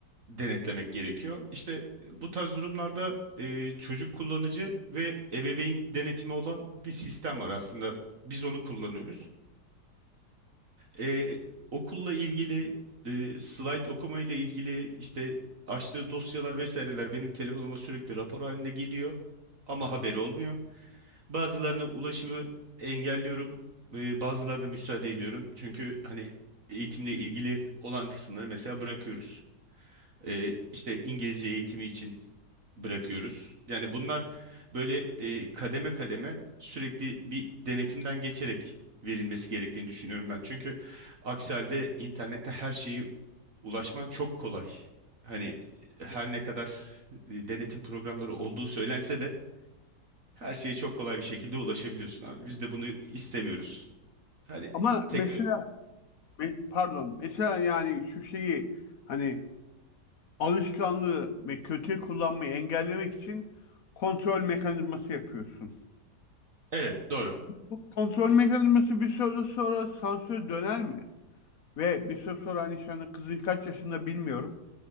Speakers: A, on the right; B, on the left.
A: denetlemek gerekiyor. İşte e, bu tarz durumlarda e, çocuk kullanıcı ve ebeveyn denetimi olan bir sistem var aslında. Biz onu kullanıyoruz. E, okulla ilgili e, slide okuma ile ilgili işte açtığı dosyalar vesaireler benim telefonuma sürekli rapor haline geliyor ama haberi olmuyor. Bazılarına ulaşımı engelliyorum, e, bazılarına müsaade ediyorum. Çünkü hani eğitimle ilgili olan kısımları mesela bırakıyoruz. E, işte İngilizce eğitimi için bırakıyoruz. Yani bunlar böyle e, kademe kademe sürekli bir denetimden geçerek verilmesi gerektiğini düşünüyorum ben. Çünkü aksi halde internette her şeyi ulaşman çok kolay. Hani her ne kadar e, denetim programları olduğu söylense de her şeye çok kolay bir şekilde ulaşabiliyorsun abi. Biz de bunu istemiyoruz. Hani
B: Ama
A: teknoloji...
B: mesela me- pardon, mesela yani şu şeyi hani alışkanlığı ve kötü kullanmayı engellemek için kontrol mekanizması yapıyorsun.
A: Evet doğru.
B: Bu kontrol mekanizması bir süre sonra sansür döner mi? Ve bir süre sonra hani şu anda kızın kaç yaşında bilmiyorum.